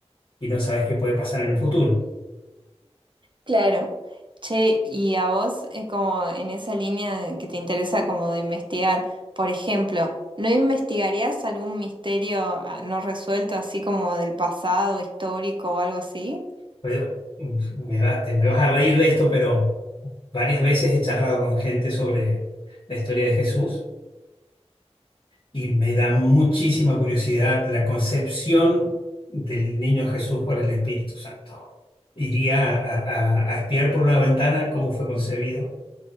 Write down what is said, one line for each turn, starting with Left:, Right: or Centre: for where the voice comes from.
Left: y no sabes qué puede pasar en el futuro.
Right: Claro. Che, y a vos, eh, como en esa línea de- que te interesa como de investigar, por ejemplo, ¿no investigarías algún misterio ah, no resuelto, así como del pasado, histórico o algo así?
Left: Pero, mm, me va- te me vas a reír de esto, pero varias veces he charlado con gente sobre la historia de Jesús y me da muchísima curiosidad la concepción del niño Jesús por el Espíritu Santo. Iría a, a- a espiar por una ventana cómo fue concebido,